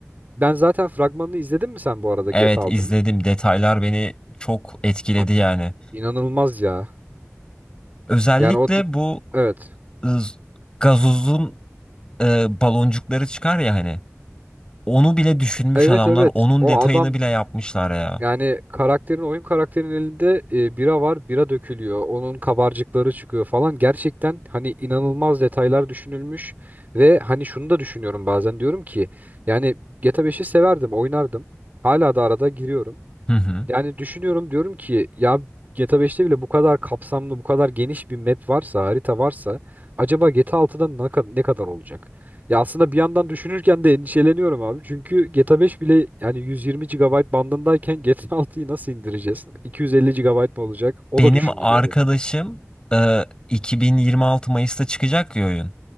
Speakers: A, on the right; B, on the left.
A: ben zaten fragmanını izledin mi sen bu arada
B: Evet
A: GTA Altının?
B: izledim. Detaylar beni çok etkiledi
A: Abi,
B: yani.
A: inanılmaz ya.
B: Özellikle
A: Yani o di-
B: bu
A: evet.
B: ız- gazozun e, baloncukları çıkar ya hani. Onu bile düşünmüş
A: Evet
B: adamlar.
A: evet.
B: Onun
A: O
B: detayını
A: adam
B: bile yapmışlar ya.
A: yani karakterin oyun karakterinin elinde e, bira var. Bira dökülüyor. Onun kabarcıkları çıkıyor falan. Gerçekten hani inanılmaz detaylar düşünülmüş ve hani şunu da düşünüyorum bazen diyorum ki yani GTA 5'i severdim, oynardım. Hala da arada giriyorum.
B: Hı hı.
A: Yani düşünüyorum diyorum ki ya GTA 5'te bile bu kadar kapsamlı, bu kadar geniş bir map varsa, harita varsa acaba GTA 6'da ne kadar, ne kadar olacak? Ya aslında bir yandan düşünürken de endişeleniyorum abi. Çünkü GTA 5 bile yani 120 gigabayt bandındayken <laughs> GTA 6'yı nasıl indireceğiz? 250 gigabayt mı olacak? O
B: Benim
A: da düşündürüyor
B: arkadaşım
A: beni.
B: e, 2026 Mayıs'ta çıkacak ya oyun.